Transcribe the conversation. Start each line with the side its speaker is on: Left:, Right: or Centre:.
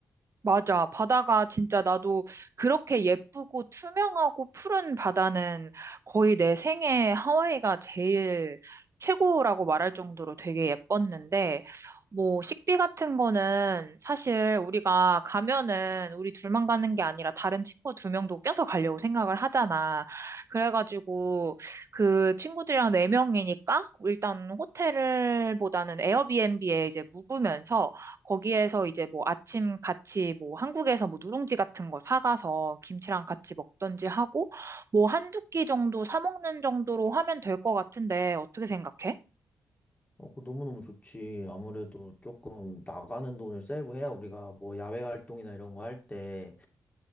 Right: 맞아. 바다가 진짜 나도 그렇게 예쁘고 투명하고 푸른 바다는 거의 내 생애 하와이가 제일 최고라고 말할 정도로 되게 예뻤는데, 뭐, 식비 같은 거는 사실 우리가 가면은 우리 둘만 가는 게 아니라 다른 친구 두 명도 껴서 가려고 생각을 하잖아. 그래가지고 그 친구들이랑 네 명이니까 일단 호텔보다는 에어비앤비에 이제 묵으면서 거기에서 이제 뭐 아침 같이 뭐 한국에서 뭐 누룽지 같은 거 사가서 김치랑 같이 먹던지 하고 뭐 한두 끼 정도 사 먹는 정도로 하면 될 것 같은데 어떻게 생각해?
Left: 어, 그거 너무너무 좋지. 아무래도 조금 나가는 돈을 세이브해야 우리가 뭐 야외 활동이나 이런 거할때